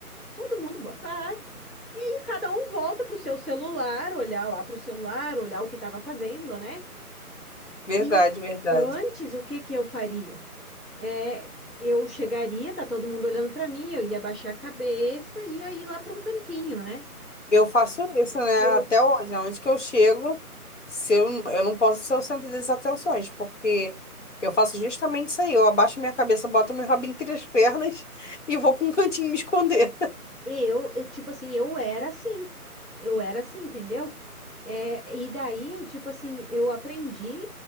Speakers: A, in the centre; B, on the left.
A: Todo mundo, boa tarde. cada um volta pro seu celular, olhar lá pro celular, olhar o que estava fazendo, né?
B: Verdade,
A: E
B: verdade.
A: antes, o que que eu faria? É, eu chegaria, tá todo mundo olhando pra mim, eu ia baixar a cabeça e ia ir lá pra um cantinho, né?
B: Eu faço isso, né?
A: Eu,
B: Até hoje, aonde que eu chego, se eu, eu não posso ser o centro das atenções, porque eu faço justamente isso aí. Eu abaixo minha cabeça, boto meu rabo entre as pernas <laughs> e vou pra um cantinho me esconder. <laughs>
A: eu, eu, tipo assim, eu era assim. Eu era assim, entendeu? É, e daí, tipo assim, eu aprendi